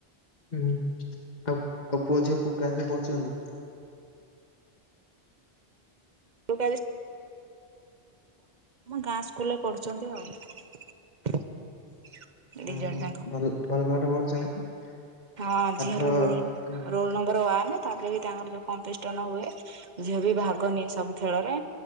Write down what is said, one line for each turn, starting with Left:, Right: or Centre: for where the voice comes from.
Left: ହୁଁ ଆଉ ଆଉ ପୁଅ ଝିଅ କୋଉ କ୍ଲାସ ରେ ପଢୁଛନ୍ତି?
Right: <inaudible> ଆମ ଗାଁ ସ୍କୁଲରେ ପଢ଼ୁଛନ୍ତି ଆଉ। ଦି
Left: ହଁ
Right: ଜଣ
Left: ହଁ
Right: ଯାଙ୍କ
Left: ଭଲ <unintelligible>
Right: ହଁ
Left: ପାଠ
Right: ଝିଅ ର ରୋଲ୍
Left: ହୁଁ
Right: ରୋଲ ନମ୍ବର ୱାନ ତାପରେ ବି ତାଙ୍କର ଯୋଉ କଟେଷ୍ଟନ ହୁଏ। ଝିଅ ବି ଭାଗ ନିଏ ସବୁ ଖେଳରେ